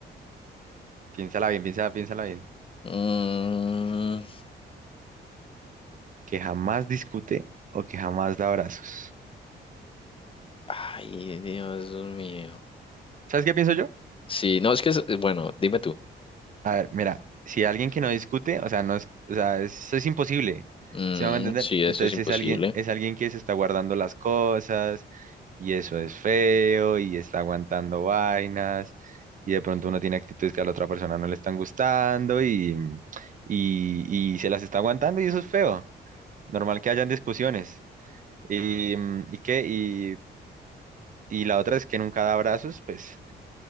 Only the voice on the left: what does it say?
Mm,
ay, Dios mío.
Sí, no, es que, es- eh, bueno, dime tú.
Mm,
sí, eso
es imposible.